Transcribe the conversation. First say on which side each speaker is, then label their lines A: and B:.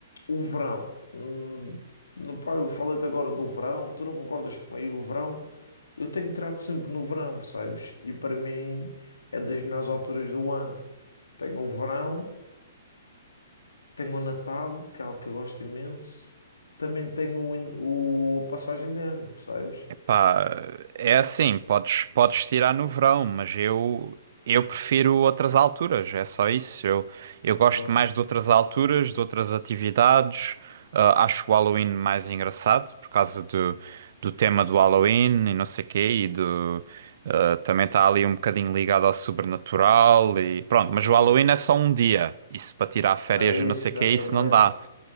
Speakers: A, on the left; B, on the right.
A: o verão. Hum, no- pá, eu falei-te agora do verão, tu não concordas comigo? O verão, eu tenho trato sempre no verão, percebes? E para mim é das melhores alturas do ano. Tenho o verão. Tenho o Natal, que é algo que eu gosto imenso. Também tenho o, an- o- a passagem de ano, percebes?
B: Pá, é assim, podes, podes tirar no verão, mas eu eu prefiro outras alturas, é só isso. Eu, eu
A: Ok,
B: gosto mais de outras alturas, de outras atividades. Ah, acho o Halloween mais engraçado por causa do, do tema do Halloween e não sei quê, e do, ah, também está ali um bocadinho ligado ao sobrenatural e pronto, mas
A: pois.
B: o Halloween é só um dia. Isso para tirar férias
A: É isso,
B: e não sei
A: exatamente.
B: quê, isso não dá.